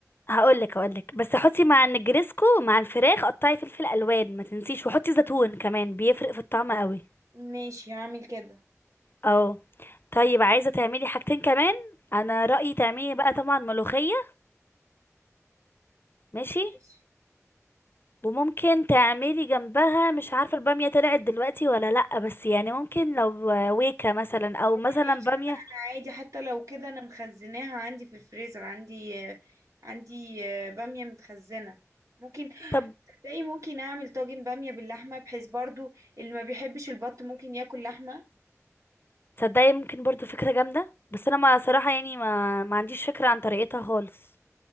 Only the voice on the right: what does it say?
ماشي هعمل كده
ماشي
العيش
لا لا انا عادي حتى لو كده انا مخزناها عندي في الفريزر عندي آه، عندي آه، باميه متخزنه ممكن
تلاقي ممكن اعمل طاجن باميه باللحمه بحيث برضو اللي ما بيحبش البط ممكن ياكل لحمه